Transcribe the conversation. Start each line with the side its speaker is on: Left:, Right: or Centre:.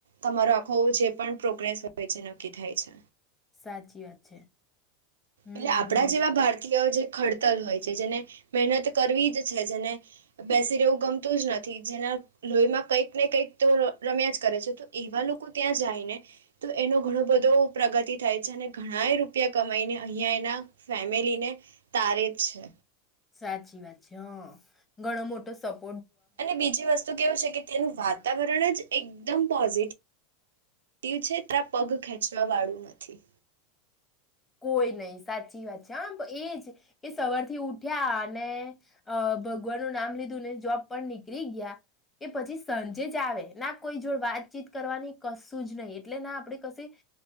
Right: તમારો આખો જે પણ પ્રોગ્રેસ હોય છે નક્કી થાય છે.
Left: સાચી વાત છે. હમ
Right: એટલે આપણા જેવા ભારતી જે ખડતલ હોય છે જેને મહેનત કરવી જ છે જેને બેસી રહેવું ગમતું જ નથી જેના લોહીમાં કંઈક ને કંઈક તો રમ્યા જ કરે છે તો એવા લોકો ત્યાં જાયને તો એનો ઘણો બધો પ્રગતિ થાય છે અને ઘણાય રૂપિયા કમાઈને અહીંયા એના ફેમિલીને તારે જ છે.
Left: સાચી વાત છે હ ઘણો મોટો સપ
Right: અને બીજી વસ્તુ કેવું છે કે તેનું વાતાવરણ જ એકદમ પોઝિટ ું છે તા પગ ખેંચવા વાળું નથી.
Left: કોઈ નહી સાચી વાત છે હમ એ જ કે સવારથી ઉઠ્યા અને ભગવાનનું નામ લીધું ને જોબ પણ નીકળી ગયા એ પછી સાંજે જ આવે ના કોઈ જો વાતચીત કરવાની કશું જ નહી એટલે ના આપે કશ